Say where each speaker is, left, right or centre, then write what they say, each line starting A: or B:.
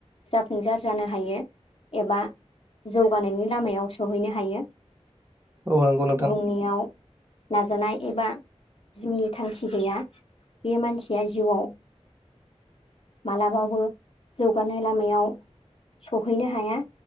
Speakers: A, on the left (about 55°); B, on the right (about 20°).
A: जाफुंसार जानो हायो एबा जौगानायनि लामायाव सहैनो हायो।
B: औ नंगौ नोंथां।
A: जोंनियाव नाजानाय एबा जिउनि थांखि गैया बे मानसिया जिउआव मालाबाबो जौगानाय लामायाव सहैनो हाया